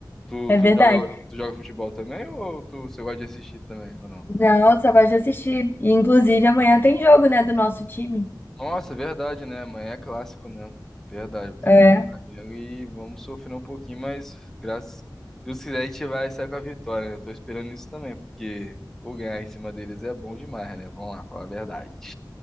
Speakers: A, in the centre; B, on the left.
A: Tu,
B: É
A: tu
B: verdade.
A: joga, tu joga futebol também ou tu, você gosta de assistir também, ou não?
B: Não, só gosto de assistir. E, inclusive, amanhã tem jogo, né, do nosso time.
A: Nossa, é verdade, né? Amanhã é clássico, né? Verdade, Botafogo
B: É,
A: e Flamengo e vamos sofrer um pouquinho, mas graças se Deus quiser a gente vai sair com a vitória, né? Eu tô esperando isso também, porque pô, ganhar em cima deles é bom demais, né? Vamos lá, falar a verdade.